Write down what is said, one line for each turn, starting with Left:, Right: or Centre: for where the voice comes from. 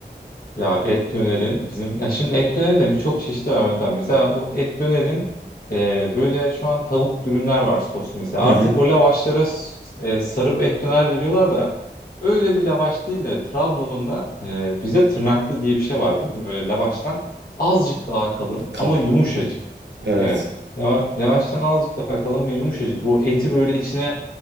Left: Ya et dönerin bizim ya şimdi et dönerin de birçok çeşidi var Mete abi. Mesela o et dönerin e, böyle şu an tavuk dürümler var soslu mesela.
Right: Hı
Left: Artık
Right: hı.
Left: o lavaşlara s- e, sarıp et döner veriyorlar da Öyle bir lavaş değil de Trabzon'da e, bize tırnaklı diye bir şey vardır. Böyle lavaştan azıcık daha kalın
Right: Kalın.
Left: ama yumuşacık.
Right: Evet.
Left: Evet. Lava- Lavaştan azıcık daha kalın ve yumuşacık. O eti böyle içine